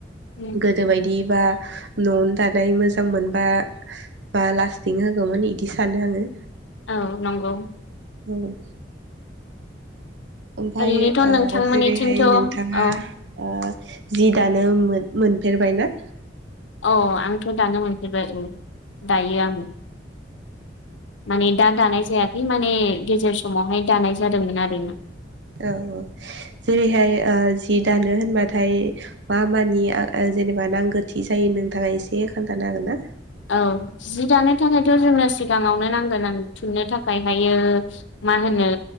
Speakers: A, on the left; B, on the right.
A: उम
B: गोदो बायदि बा न'आवनो दानाय मोजां मोनबा बा लास्टिं होगौमोन इदि सानो आङो।
A: औ नंगौ।
B: औ। ओमफाय
A: ओरैनोथ'
B: ओ
A: नोंथांमोननिथिंथ'
B: जेरैहाय नोंथाङा
A: औ
B: ओ जि दानो मोन-मोनफेरबायना?
A: औ आंथ' दानो मोनफेरबाय औ दायो आं। माने दा दानाय जायाखै माने गेजेर समावहाय दानाय जादोंमोन आरो ना।
B: औ औ जेरैहाय ओ जि दानो होनबाथाय मा मानि ओ जेनेबा नांगोथि जायो नोंथाङा एसे खोन्थानो हागोन ना?
A: औ जि दानो थाखायथ' जोंनो सिगाङावनो नांगोन आं थुननो थाखाय हायो मा होनो